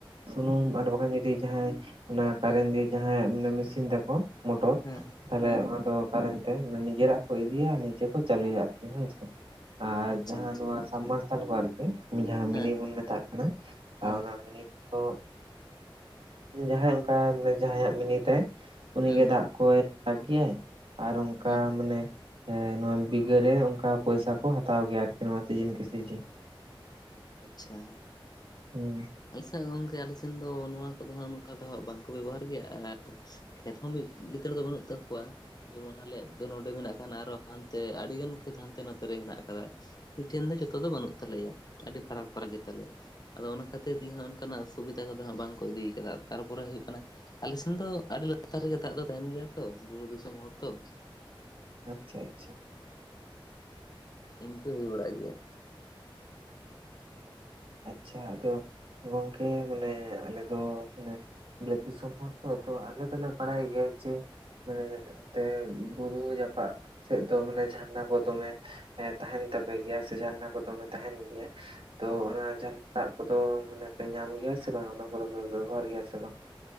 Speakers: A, on the right; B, on the left.
A: ᱥᱩᱱᱩᱢ ᱟᱨ ᱵᱟᱠᱷᱟᱡ ᱡᱩᱫᱤ ᱡᱟᱦᱟᱸᱭ ᱚᱱᱟ ᱠᱟᱨᱮᱱᱴ ᱫᱤᱭᱮ ᱡᱟᱦᱟᱸᱭᱟᱜ ᱢᱟᱱᱮ ᱢᱤᱥᱤᱱ ᱛᱟᱠᱚ ᱢᱚᱴᱚᱨ,
B: ᱦᱮᱸ ᱦᱮᱸ
A: ᱛᱟᱦᱚᱞᱮ
B: ᱦᱮᱸ
A: ᱚᱱᱟ ᱫᱚ ᱠᱟᱨᱮᱱᱴ ᱛᱮ ᱱᱤᱡᱮᱨᱟᱜ ᱠᱚ ᱤᱫᱤᱭᱟ ᱱᱤᱡᱮ ᱠᱚ ᱪᱟᱹᱞᱩᱭᱟ ᱟᱨᱠᱤ ᱦᱳᱭᱥᱮ, ᱟᱨ
B: ᱟᱪᱪᱷᱟ
A: ᱡᱟᱦᱟᱸ
B: ᱟᱪᱪᱷᱟ
A: ᱱᱚᱣᱟ ᱥᱟᱨᱢᱟᱨᱥᱟᱞ ᱠᱚ ᱟᱨᱠᱤ ᱡᱟᱦᱟᱸ ᱢᱤᱱᱤ
B: ᱦᱮᱸ ᱦᱮᱸ
A: ᱵᱚᱱ ᱢᱮᱛᱟᱜ ᱠᱟᱱᱟ ᱚᱱᱟ
B: ᱦᱮᱸ
A: ᱢᱤᱱᱤ ᱛᱚ, ᱡᱟᱦᱟᱸᱭ ᱚᱱᱠᱟᱭ ᱡᱟᱦᱟᱸᱭᱟᱜ ᱢᱤᱱᱤ ᱛᱟᱭ ᱩᱱᱤᱜᱮ
B: ᱦᱮᱸ
A: ᱫᱟᱜ ᱠᱚᱭ ᱟᱜᱩᱭᱟᱭ ᱟᱨ ᱚᱱᱠᱟ
B: ᱦᱮᱸ
A: ᱢᱟᱱᱮ ᱱᱚᱣᱟ ᱵᱤᱜᱷᱟᱹ ᱨᱮ ᱚᱱᱠᱟ ᱯᱚᱭᱥᱟ ᱠᱚ ᱦᱟᱛᱟᱣ ᱜᱮᱭᱟ ᱟᱨᱠᱤ ᱱᱚᱣᱟ ᱥᱤᱡᱤᱱ ᱠᱮ ᱥᱤᱡᱤᱱ᱾
B: ᱟᱪᱪᱷᱟ
A: ᱦᱮᱸ
B: ᱟᱞᱮ ᱥᱮᱫ ᱜᱚᱝᱠᱮ ᱟᱞᱮ ᱥᱮᱱ ᱫᱚ ᱱᱚᱣᱟ ᱠᱚᱫᱚ ᱦᱟᱸᱜ ᱱᱚᱝᱠᱟ ᱫᱚ ᱦᱟᱸᱜ ᱵᱟᱝᱠᱚ ᱵᱮᱵᱚᱦᱟᱨ ᱜᱮᱭᱟ ᱟᱨ ᱠᱷᱮᱛ ᱦᱚᱸ ᱢᱤᱫ ᱞᱤᱛᱟᱹᱲ ᱫᱚ ᱵᱟᱹᱱᱩᱜ ᱛᱟᱠᱚᱣᱟ᱾ ᱡᱮᱢᱚᱱ ᱟᱞᱮᱭᱟᱜ ᱫᱚ ᱱᱚᱸᱰᱮ ᱢᱮᱱᱟᱜ ᱠᱷᱟᱱ ᱟᱨᱚ ᱦᱟᱱᱛᱮ ᱟᱹᱰᱤᱜᱟᱱ ᱠᱷᱮᱛ ᱦᱟᱱᱛᱮ ᱱᱟᱛᱮ ᱨᱮ ᱦᱮᱱᱟᱜ ᱟᱠᱟᱫᱟ᱾ ᱢᱤᱫᱴᱷᱮᱱ ᱫᱚ ᱡᱚᱛᱚ ᱫᱚ ᱵᱟᱹᱱᱩᱜ ᱛᱟᱞᱮᱭᱟ ᱟᱹᱰᱤ ᱯᱷᱟᱨᱟᱠ ᱯᱷᱟᱨᱟᱠ ᱜᱮᱛᱟᱞᱮᱭᱟ ᱾ ᱟᱫᱚ ᱚᱱᱟ ᱠᱷᱟᱹᱛᱤᱨ ᱜᱮ ᱦᱟᱸᱜ ᱚᱱᱠᱟᱱᱟᱜ ᱥᱩᱵᱤᱫᱟ ᱠᱚᱫᱚ ᱦᱟᱸᱜ ᱵᱟᱝ ᱠᱚ ᱤᱫᱤᱭ ᱠᱟᱫᱟ ᱛᱟᱨᱯᱚᱨᱮ ᱦᱩᱭᱩᱜ ᱠᱟᱱᱟ ᱟᱞᱮᱥᱮᱱ ᱫᱚ ᱟᱹᱰᱤ ᱞᱟᱛᱟᱨ ᱨᱮᱜᱮ ᱫᱟᱜ ᱫᱚ ᱛᱟᱦᱮᱸᱱ ᱜᱮᱭᱟ ᱛᱚ ᱵᱩᱨᱩ ᱫᱤᱥᱚᱢ ᱦᱚᱲ ᱛᱚ ᱾
A: ᱟᱪᱪᱷᱟ ᱟᱪᱪᱷᱟ
B: ᱤᱱᱠᱟᱹ ᱦᱩᱭ ᱵᱟᱲᱟᱜ ᱜᱮᱭᱟ ᱾
A: ᱟᱪᱪᱷᱟ ᱟᱫᱚ ᱜᱚᱝᱠᱮ ᱢᱟᱱᱮ ᱟᱞᱮ ᱫᱚ ᱢᱟᱱᱮ ᱵᱤᱞᱟᱹᱛ ᱫᱤᱥᱚᱢ ᱦᱚᱲ ᱛᱚ, ᱛᱚ ᱟᱞᱮ ᱫᱚᱞᱮ ᱵᱟᱲᱟᱭ ᱜᱮᱭᱟ ᱡᱮ ᱢᱟᱱᱮ ᱚᱱᱛᱮ ᱵᱩᱨᱩ ᱡᱟᱯᱟᱜ ᱥᱮᱫ ᱫᱚ ᱢᱟᱱᱮ ᱡᱷᱟᱨᱱᱟ ᱠᱚ ᱫᱚᱢᱮ ᱮᱸ ᱛᱟᱦᱮᱸᱱ ᱛᱟᱯᱮ ᱜᱮᱭᱟ ᱥᱮ ᱡᱷᱟᱨᱱᱟ ᱠᱚ ᱫᱚᱢᱮ ᱛᱟᱦᱮᱸᱱ ᱜᱮᱭᱟ ᱾ ᱛᱚ
B: ᱦᱚᱸ
A: ᱚᱱᱟ ᱡᱷᱟᱱᱟ ᱫᱟᱜ ᱠᱚᱫᱚ ᱢᱟᱱᱮ ᱯᱮ ᱧᱟᱢ ᱜᱮᱭᱟ ᱥᱮ ᱵᱟᱝ ᱚᱱᱟ ᱠᱚᱫᱚ ᱯᱮ ᱵᱮᱵᱚᱦᱟᱨ ᱜᱮᱭᱟ ᱥᱮ ᱵᱟᱝ?